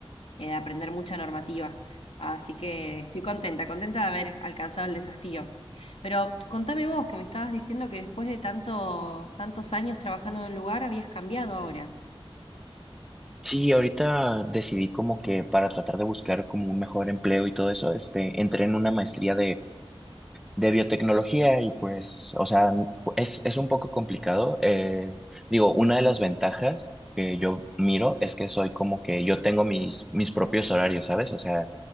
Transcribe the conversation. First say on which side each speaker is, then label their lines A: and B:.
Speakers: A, on the left; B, in the centre.
A: eh, de aprender mucha normativa. Así que estoy contenta, contenta de haber alcanzado el desafío. Pero contame vos, que me estabas diciendo que después de tanto, tantos años trabajando en un lugar, habías cambiado ahora.
B: Sí, ahorita decidí como que para tratar de buscar como un mejor empleo y todo eso, este, entré en una maestría de biotecnología y pues, o sea, fu- es, es un poco complicado. Eh, digo, una de las ventajas que yo miro es que soy como que yo tengo mis, mis propios horarios, ¿sabes? O sea,